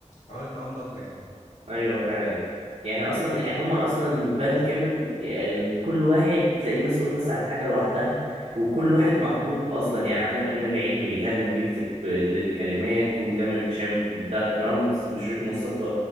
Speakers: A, on the left; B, on the right.
A: وعملت معاهم ضجه يعني
B: ايوه فعلا يعني اصلا يعني هما اصلا باند كامل يعني كل واحد تلاقيه مسؤول بس عن حاجه لوحدها وكل واحد محبوب اصلا يعني عندك امير عيد بيغني ويكتب للكلمات وتامر هشام بتاع الدرامز وشريف مصطفى